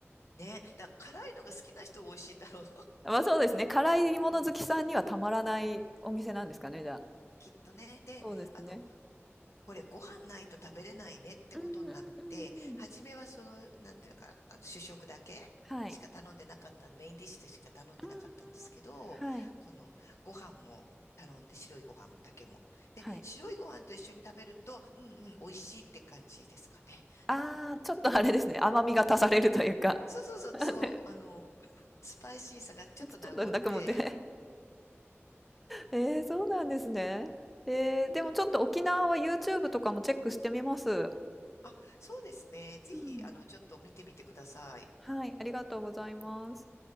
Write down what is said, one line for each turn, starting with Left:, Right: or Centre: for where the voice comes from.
Left: ね。だから辛いのが好きな人は美味しいんだろう。
Centre: まあそうですね。辛いもの好きさんにはたまらないお店なんですかね、
Left: <laughs> うん。
Centre: じゃあ。
Left: きっとね。で、
Centre: そうですね。
Left: あの、これご飯ないと食べれないねってことになって、
Centre: うんうんうんうん。
Left: 初めはその、なんていうのか、あの、主食だけしか頼んでなかった、
Centre: はい。
Left: メインディッシュでしか頼んでなかったんですけど、
Centre: あーはい、
Left: このご飯も頼んで、白いご飯だけも。で、
Centre: はい。
Left: 白いご飯と一緒に食べると、うんうん、美味しいって感じですかね。
Centre: ああ、ちょっとあれですね、甘みが足されるというか。
Left: そうそうそう、
Centre: <laughs>
Left: そう、
Centre: ね、
Left: あの、スパイシーさがちょっと和んで、
Centre: ちょっと泣くもんで。<laughs> ええ、そうなんですね。ええ、でもちょっと沖縄は YouTube とかもチェックしてみます。
Left: あ、そうですね。ぜひ、
Centre: うん。
Left: あの、ちょっと見てみてください。
Centre: はい、ありがとうございます。